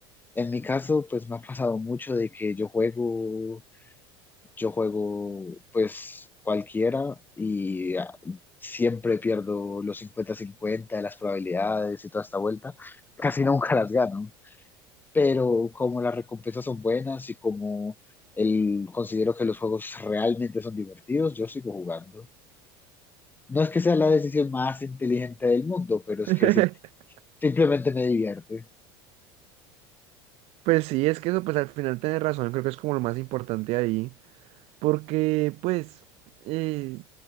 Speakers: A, on the left; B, on the right.
A: En mi caso, pues me ha pasado mucho de que yo juego, yo juego pues cualquiera y ah, siempre pierdo los cincuenta cincuenta de las probabilidades y toda esta vuelta. Casi nunca las gano, pero como las recompensas son buenas y como el, considero que los juegos realmente son divertidos, yo sigo jugando. No es que sea la decisión más inteligente del mundo, pero es
B: <laughs>
A: que si Simplemente me divierte.
B: Pues sí, es que eso, pues al final tenés razón, creo que es como lo más importante ahí. Porque, pues, eh,